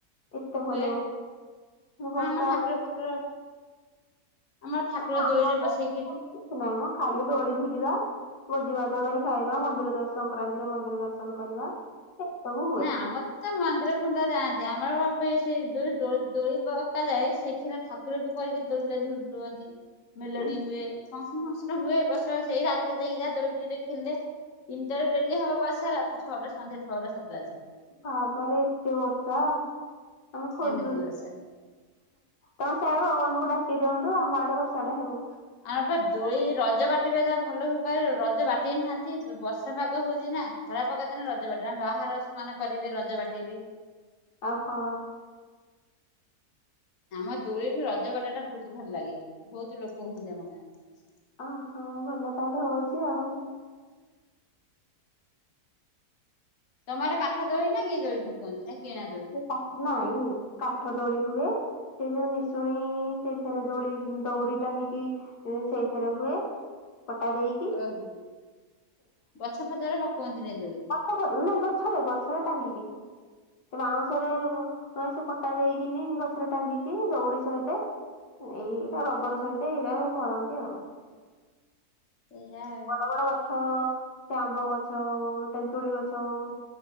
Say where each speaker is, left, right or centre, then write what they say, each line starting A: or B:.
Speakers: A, on the left (about 80°); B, on the left (about 55°).
A: ଏତେ ଭଲ
B: ହୁଏ।
A: ମୁଁ ବର୍ଷା
B: ହଁ ଆମର ଠାକୁର ଫାକୁର ଆମ ଠାକୁର
A: ମାନେ ଆମ
B: ଦୋଳିରେ
A: ଆଡେ
B: ବସେଇକି
A: ସେମିତି କିଛି ନାହିଁ ମ ଖାଲି ଦୋଳି ଝୁଲିବା ଭୋଜି ଭାତ କରି ଖାଇବା ମନ୍ଦିର ଦର୍ଶନ ସଂକ୍ରାନ୍ତିରେ ମନ୍ଦିର ଦର୍ଶନ କରିବା। ଏ ସବୁ ହୁଏ।
B: ନାଁ ଆମର ତ ମନ୍ଦିର ଫନ୍ଦିର ଯାଆନ୍ତି ଆମର ବାପା ସେ ଦୋଳି ପକା ଯାଏ ସେଇଠି ରେ ଠାକୁର ଠାକୁର କରିକି ଦୋଳିରେ ଝୁଲୁଅନ୍ତି। ମେଲୋଡ଼ି
A: ଉଁ,
B: ହୁଏ ଫକ୍ସନ ଫକ୍ସନ ହୁଏ। ଏବର୍ଷ ସେଇ ରାତିରେ ଯାଇକି ଟିକେ ଟିକେ ଦୋଳି ଖେଲେ। ତିନଟା ରୁ ଡେଲି ହବ ବର୍ଷା ରାତି ଛଅଟା ସନ୍ଧ୍ୟା ଛଅଟା ସାତଟା ଯାଏ
A: ବାପରେ ଏତେ ବର୍ଷା। ଆମେ ଖୋଜୁଚୁ।
B: ଏମିତି ବର୍ଷା
A: ତମେ ସିଆଡୁ ଭଗବାନଙ୍କୁ ଡାକି ଦିଅନ୍ତୁ ଆମ ଆଡେ ବର୍ଷା ଟା ହଉ।
B: ଆମର ପା ଦୋଳି ରଜ ବାଟିବା ତା ଭଲ ବେପାରେ ରଜ ବାଟେଇ ନାହାନ୍ତି ବର୍ଷା ପାଗ ହଉଚି ନା। ଖରା ପାଗ ଦିନେ ରଜ ବାଟ ବାହାର ସେମାନେ କରିବେ ରଜ ବାଟେଇବେ।
A: ଓହୋ।
B: ଆମ ଦୋଳିଠୁ ରଜ ବାଟା ଟା ବହୁତ ଭଲ ଲାଗେ ବହୁତ ଲୋକ ହୁଅନ୍ତି ଆମ ଗାଁରେ।
A: ଓହୋ ଭଲ ତାହେଲେ ହଉଚି ଆଉ।
B: ତମ ଆଡେ କାଠ ଦୋଳି ନା କି ଦୋଳି ପକାନ୍ତି ନା କିଣା ଦୋଳି?
A: କା ନାଇଁ କାଠ ଦୋଳି ହୁଏ। ସେ ଯୋଉ ନିଶୁଣି ସେଇଥିରେ ଦୋଳି ଦୌଡି ଟାଙ୍ଗିକି ସେଇଥିରେ ହୁଏ। ପଟା ଦେଇ
B: ଓହୋ ଗଛ ଫଛ ରେ ପକୁଅନ୍ତି ନି ଦୋଳି?
A: ନାଇଁ ଗଛରେ ଗଛରେ ଟାଙ୍ଗିକି ଏ ବାଉଁଶରେ ହଁ ସେପଟା ଦେଇକିନି ଗଛରେ ଟାଙ୍ଗିକି ଦଉଡି ସହିତ ଏଇଟା ରବର ସହିତ ଏଇରାକ କରନ୍ତି ଆଉ।
B: ଏଇଆ ଉ
A: ବଡ ବଡ ଗଛ ସେ ଆମ୍ବ ଗଛ ହଉ ତେନ୍ତୁଳି ଗଛ ଆଉ